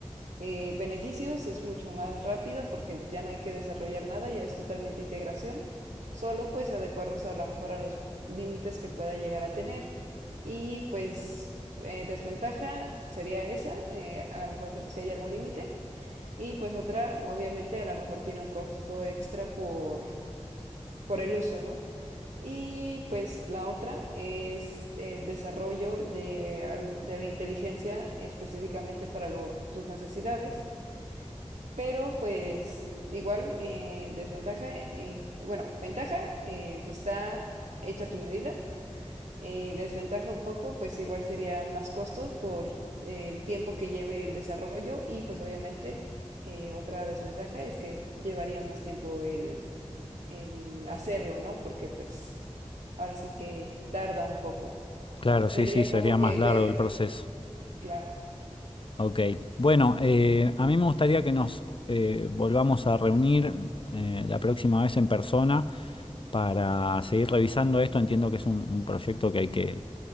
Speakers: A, on the right; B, on the left.
A: eh, beneficios, es mucho más rápido porque ya no hay que desarrollar nada, ya es totalmente integración, solo pues adecuarnos a la mejor a los límites que pueda llegar a tener. Y pues eh, desventaja sería esa, eh, a lo mejor si hay algún límite. Y pues otra, obviamente a lo mejor tiene un costo extra por, por el uso, ¿no? Y pues la otra es el desarrollo de, algu- de la inteligencia específicamente para lo- tus necesidades pero pues igual eh, desventaja, en, bueno, ventaja, eh, pues está hecha tu medida, eh, desventaja un poco, pues igual serían más costos por el tiempo que lleve el desarrollo y pues obviamente eh, otra desventaja es que llevaría más tiempo el, el hacerlo, ¿no? Porque pues ahora sí que tarda un poco. O
B: Claro,
A: sea,
B: sí,
A: sería
B: sí, sería
A: como que
B: más
A: ver,
B: largo el proceso.
A: claro.
B: Ok. Bueno, eh, a mí me gustaría que nos eh, volvamos a reunir eh, la próxima vez en persona para seguir revisando esto. Entiendo que es un, un proyecto que hay que